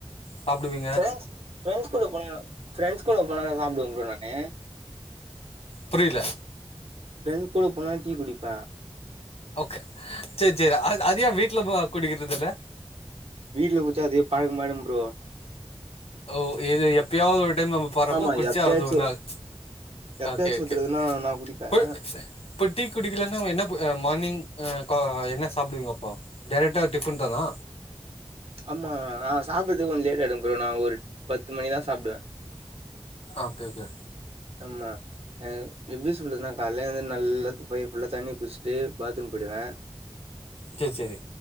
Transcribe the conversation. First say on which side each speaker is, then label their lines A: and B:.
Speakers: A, on the left; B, on the right.
A: சாப்டுவீங்க
B: ஃப்ரெண்ட்ஸ் ப்ரெண்ட்ஸ் கூட போனா ஃப்ரெண்ட்ஸ் கூட போனாதா சாப்டுவே ப்ரோ நானு
A: புரியில
B: ஃப்ரெண்ட் கூட போனா டீ குடிப்ப
A: ஒகே செர் செரி அது அது ஏ வீட்ல போ குடிக்கிறது இல்ல
B: வீட்ல் குஅச்சா அதே பழக்க ஆயிடு ப்ரோ
A: ஓ இது எப்பியாவது ஒரு டைம் நம்ம போறப்போ
B: ஆமா
A: குடிச்ச
B: எப்பயாச்சு
A: அது ஒன்னு ஆகா
B: எப்பயாச்சு
A: ஓகே ஒகே
B: ஒரு தடவனா நா குடிப்பே
A: போய் இப்ப டீ குடிக்கலனா என்ன போ அ மார்னிங் அ க என்ன சாப்டுவீங்கப்போ டேரைக்டா டிப்பன் தானா
B: ஆமா நா சாப்புறது கொஞ்சோ லேட் ஆய்டு ப்ரோ நா ஒரு பத்து மணிதா சாப்டுவே
A: ஆ ஓகே ஓகே
B: ஆமா அ எப்டி சொல்றதுனா கால்ல வந்து நல்லா வயிர் ஃபுல்லா தண்ணி குடிச்சிட்டு பாத்ரூம் போய்டுவே
A: ச்செ ச்செரி